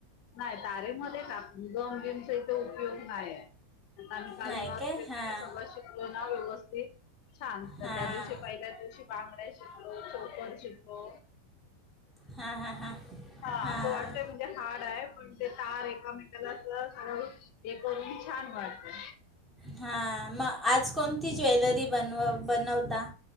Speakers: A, on the left; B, in the centre.
A: नाही तारे मध्ये टाकुन, गमबीमचा इथे उपयोग नाहीय. कारण काल
B: नाही
A: नथ
B: काय
A: वैगरे
B: हां
A: सगळं शिकलो ना व्यवस्थित. छान, तर
B: हां
A: त्या दिवशी पहिल्याच दिवशी बांगड्या शिकलो, चोकर शिकलो.
B: हां हां हां
A: हा
B: हां
A: असं वाटतंय म्हणजे हार्ड आहे पण ते तार एकामेकाला असं हे करून छान वाटतं
B: हा मग आज कोणती ज्वेलरी बनव बनवता?